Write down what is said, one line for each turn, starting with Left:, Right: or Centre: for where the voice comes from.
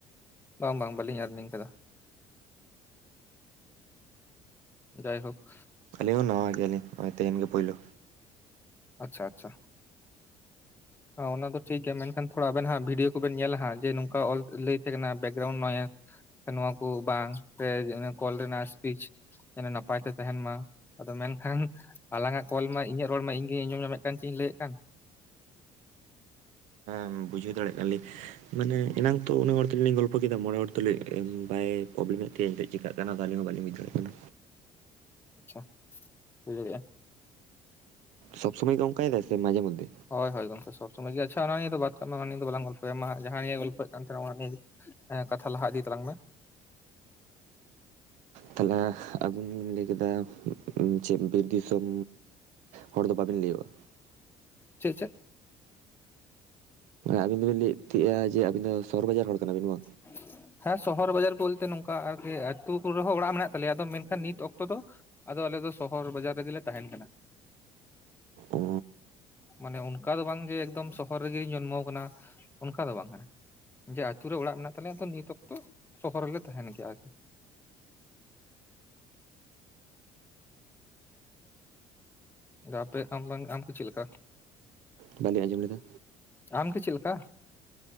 Left: ᱵᱟᱝ ᱵᱟᱝ ᱵᱟᱞᱤᱧ ᱟᱨᱱᱤᱝ ᱠᱟᱫᱟ᱾ ᱡᱟᱭ ᱦᱳᱠ,
Right: ᱟᱹᱞᱤᱧ ᱦᱚᱸ ᱱᱟᱣᱟ ᱜᱮᱭᱟᱞᱤᱧ ᱱᱚᱜ-ᱚᱭ ᱛᱮᱦᱮᱱ ᱜᱮ ᱯᱳᱭᱞᱳ,
Left: ᱟᱪᱪᱷᱟ ᱟᱪᱪᱷᱟ, ᱚᱱᱟ ᱫᱚ ᱴᱷᱤᱠ ᱜᱮᱭᱟ ᱢᱮᱱᱠᱷᱟᱱ ᱛᱷᱚᱲ ᱟᱵᱮᱱ ᱦᱚ ᱵᱷᱤᱰᱭᱳ ᱠᱚᱵᱮᱱ ᱧᱮᱞᱟᱜ ᱡᱮ ᱱᱚᱝᱠᱟ ᱚᱞ ᱞᱟᱹᱭ ᱛᱟᱦᱮᱸ ᱠᱟᱱᱟ ᱵᱮᱠᱜᱨᱟᱣᱩᱱᱰ ᱱᱚᱭᱮᱥ ᱱᱚᱣᱟ ᱠᱚ ᱵᱟᱝ ᱥᱮ ᱠᱚᱞ ᱨᱮᱱᱟᱜ ᱥᱯᱤᱪ, ᱡᱮᱱᱚ ᱱᱟᱯᱟᱭ ᱛᱮ ᱛᱟᱦᱮᱱ ᱢᱟ ᱟᱫᱚ ᱢᱮᱱᱠᱷᱟᱱ, ᱟᱞᱟᱝ ᱟᱜ ᱠᱚᱞ ᱢᱟ ᱤᱧᱟᱹᱜ ᱨᱚᱲ ᱢᱟ ᱤᱧᱜᱮᱧ ᱟᱸᱡᱚᱢ ᱧᱟᱢᱮᱫ ᱠᱟᱱ ᱪᱮᱫ ᱤᱧ ᱞᱟᱹᱭᱮᱫ ᱠᱟᱱ᱾
Right: ᱮᱸ ᱵᱩᱡᱷᱟᱹᱣ ᱫᱟᱲᱮᱭᱟᱜ ᱠᱟᱱᱟ ᱞᱤᱧ ᱢᱟᱱᱮ ᱮᱱᱟᱝ ᱛᱚ ᱚᱱᱮ ᱦᱚᱲ ᱛᱩᱞᱩᱡ ᱞᱤᱧ ᱜᱚᱞᱯᱚ ᱠᱮᱫᱟ ᱢᱚᱬᱮ ᱦᱚᱲ ᱛᱩᱞᱩᱡ ᱵᱟᱭ- ᱯᱨᱚᱵᱞᱮᱢᱮᱫ ᱛᱮᱧ ᱪᱮᱠᱟᱹᱜ ᱠᱟᱱᱟ ᱟᱹᱞᱤᱧ ᱦᱚᱸ ᱵᱟᱞᱤᱧ ᱵᱩᱡ ᱫᱟᱲᱮᱭᱟᱜ ᱠᱟᱱᱟ᱾
Left: ᱟᱪᱪᱷᱟ ᱦᱩᱭ ᱫᱟᱲᱮᱭᱟᱜᱼᱟ,
Right: ᱥᱚᱵ ᱥᱚᱢᱚᱭ ᱜᱮ ᱚᱝᱠᱟᱭᱮᱫᱟᱭ ᱥᱮ ᱢᱟᱡᱷᱮ ᱢᱚᱫᱷᱮᱹ
Left: ᱦᱳᱭ ᱦᱳᱭ ᱜᱚᱢᱠᱮ ᱥᱚᱵ ᱥᱚᱢᱚᱭ ᱜᱮ ᱟᱪᱪᱷᱟ ᱚᱱᱟ ᱱᱤᱭᱟ ᱫᱚ ᱵᱟᱛ ᱠᱟᱜ ᱢᱮ ᱚᱱᱟ ᱱᱤᱭᱤᱭᱟᱹ ᱫᱚ ᱵᱟᱝ ᱞᱟᱝ ᱜᱚᱞᱯᱚᱭᱟ ᱢᱟ ᱡᱟᱦᱟᱸ ᱱᱤᱭᱮ ᱜᱚᱞᱯᱚᱭᱮᱫ ᱠᱟᱱ ᱛᱟᱦᱮᱱᱟ ᱚᱱᱟ ᱱᱤᱭᱮ ᱜᱮ᱾ ᱦᱮᱸ ᱠᱟᱛᱷᱟ ᱞᱟᱦᱟ ᱤᱫᱤ ᱛᱟᱞᱟᱝ ᱢᱮ,
Right: ᱛᱟᱦᱞᱮ ᱟᱵᱤᱱ ᱵᱤᱱ ᱞᱟᱹᱭ ᱠᱮᱫᱟ ᱪᱮᱫ ᱵᱤᱨ ᱫᱤᱥᱚᱢ, ᱦᱚᱲ ᱫᱚ ᱵᱟᱵᱤᱱ ᱞᱟᱹᱭᱚᱜᱼᱟ᱾
Left: ᱪᱮᱫ ᱪᱮᱫ,
Right: ᱟᱵᱤᱱ ᱫᱚᱵᱤᱱ ᱞᱟᱹᱭᱚᱜ ᱛᱟᱦᱮᱜ-ᱟ ᱡᱮ ᱟᱵᱤᱱ ᱫᱚ ᱥᱚᱦᱚᱨ ᱵᱟᱡᱟᱨ ᱦᱚᱲ ᱠᱟᱱᱟ ᱵᱤᱱ ᱵᱟᱝ ᱠᱟᱱᱟᱵᱤᱱ ᱵᱟᱝ,
Left: <inaudible> ᱦᱮᱸ ᱥᱚᱦᱚᱨ ᱵᱟᱡᱟᱨ ᱵᱚᱞᱛᱮ ᱱᱚᱝᱠᱟ ᱟᱨᱠᱤ ᱟᱹᱛᱩ ᱠᱚᱨᱮ ᱦᱚᱸ ᱚᱲᱟᱜ ᱢᱮᱱᱟᱜ ᱛᱟᱞᱮᱭᱟ ᱟᱫᱚ ᱢᱮᱱᱠᱷᱟᱱ ᱱᱤᱛ ᱚᱠᱛᱚ ᱫᱚ, ᱟᱫᱚ ᱟᱞᱮ ᱫᱚ ᱥᱚᱦᱚᱨ ᱵᱟᱡᱟᱨ ᱨᱮᱜᱮ ᱞᱮ ᱛᱟᱦᱮᱸᱱ ᱠᱟᱱᱟ᱾
Right: ᱚ
Left: ᱢᱟᱱᱮ ᱚᱱᱠᱟ ᱫᱚ ᱵᱟᱝ ᱜᱮ ᱮᱠᱫᱚᱢ ᱥᱚᱦᱚᱨ ᱨᱮᱜᱮᱧ ᱡᱚᱱᱢᱚ ᱠᱟᱱᱟ ᱚᱱᱠᱟ ᱫᱚ ᱵᱟᱝ ᱠᱟᱱᱟ᱾ ᱡᱮ ᱟᱹᱛᱩ ᱨᱮ ᱚᱲᱟᱜ ᱢᱮᱱᱟᱜ ᱛᱟᱞᱮᱭᱟ ᱛᱚ ᱱᱤᱛ ᱚᱠᱛᱚ ᱥᱚᱦᱚᱨ ᱨᱮᱜᱮ ᱞᱮ ᱛᱟᱦᱮᱸᱱ ᱜᱮᱭᱟ ᱟᱨᱠᱤ, ᱜᱟᱯᱮ ᱟᱢ ᱵᱟᱝ ᱟᱢ ᱫᱚ ᱪᱮᱫ ᱞᱮᱠᱟ᱾
Right: ᱵᱟᱞᱤᱧ ᱟᱸᱡᱚᱢ ᱞᱮᱫᱟ᱾
Left: ᱟᱢᱜᱮ ᱪᱮᱫ ᱞᱮᱠᱟ᱾